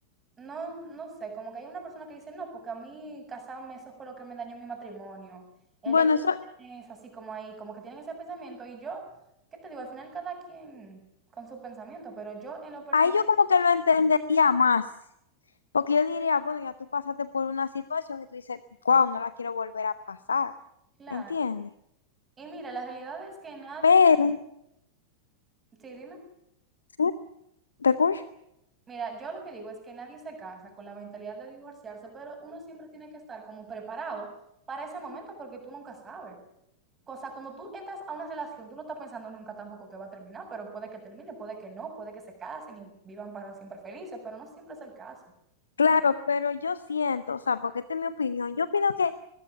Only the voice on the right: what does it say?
No, no sé, como que hay una persona que dice, no, porque a mí casarme, eso fue lo que me dañó mi matrimonio. El
hecho
de tener eso así como ahí, como que tienen ese pensamiento y yo, ¿qué te digo? Al final cada quien con sus pensamientos, pero yo en lo personal,
claro.
Y mira, la realidad es que nadie,
sí, dime,
mira, yo lo que digo es que nadie se casa con la mentalidad de divorciarse, pero uno siempre tiene que estar como preparado para ese momento porque tú nunca sabes. O sea, cuando tú entras a una relación, tú no estás pensando nunca tampoco que va a terminar, pero puede que termine, puede que no, puede que se casen y vivan para siempre felices, pero no siempre es el caso.